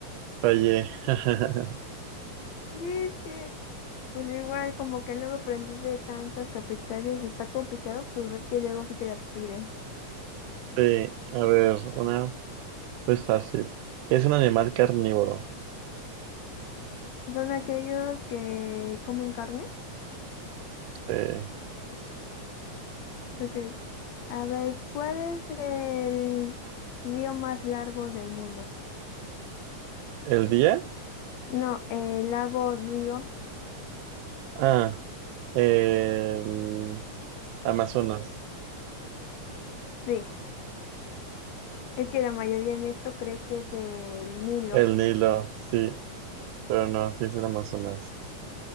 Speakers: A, on the right; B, on the left.
A: Fallé. <laughs>
B: Sí, es que, pues igual como que luego aprendes de tantas capitales, está complicado, pues ves que luego sí te las piden.
A: Sí, a ver, una pues fácil. ¿Qué Es un animal carnívoro.
B: Son aquellos que comen carne.
A: Eh,
B: Ok. A ver, ¿cuál es el río más largo del mundo?
A: ¿el día?
B: No, el lago río.
A: Ah, el Amazonas.
B: Sí, es que la mayoría en esto cree que es el Nilo.
A: El Nilo, sí, pero no, sí es el Amazonas.